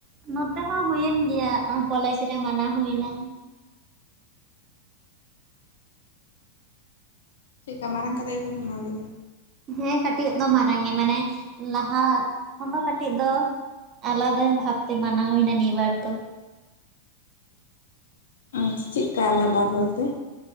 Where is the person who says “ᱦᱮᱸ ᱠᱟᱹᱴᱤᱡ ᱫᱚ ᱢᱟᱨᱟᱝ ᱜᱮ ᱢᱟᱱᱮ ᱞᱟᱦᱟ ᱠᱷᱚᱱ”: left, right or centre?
Right